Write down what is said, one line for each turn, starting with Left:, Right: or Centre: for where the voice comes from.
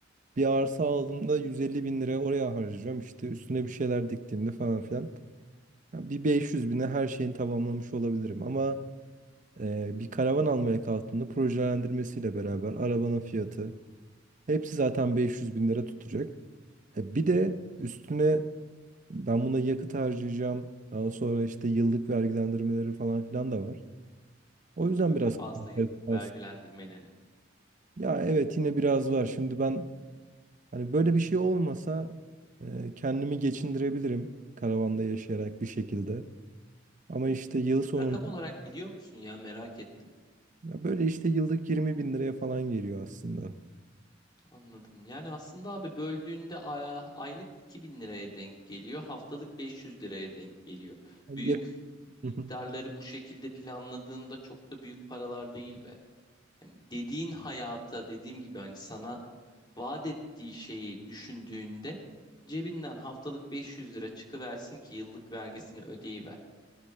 Right: bir arsa aldığımda 150 bin lira oraya harcayacağım. İşte üstüne bir şeyler diktiğimde falan filan. Ya Bir 500 bine her şeyini tamamlamış olabilirim. Ama Ee, bir karavan almaya kalktığında projelendirmesiyle beraber arabanın fiyatı hepsi zaten 500 bin lira tutacak. E, bir de üstüne ben buna yakıt harcayacağım. Daha sonra işte yıllık vergilendirmeleri falan filan da var. O yüzden biraz
Left: Bu mu fazla
Right: kafam
Left: yıllık
Right: karıştı
Left: vergilendirmeleri?
Right: Ya evet yine biraz var. Şimdi ben hani böyle bir şey olmasa e, kendimi geçindirebilirim karavanda yaşayarak bir şekilde. Ama işte yıl sonunda
Left: Rakam olarak biliyor musun ya merak ettim.
Right: ya böyle işte yıllık 20 bin liraya falan geliyor aslında.
Left: Anladım. Yani aslında abi böldüğünde a- aylık 2000 liraya denk geliyor. Haftalık 500 liraya denk geliyor.
Right: Yakıt.
Left: Büyük miktarları
Right: <laughs>
Left: bu şekilde planladığında çok da büyük paralar değil be. Yani dediğin hayata dediğim gibi hani sana vaat ettiği şeyi düşündüğünde cebinden haftalık 500 lira çıkıversin ki yıllık vergisini ödeyiver.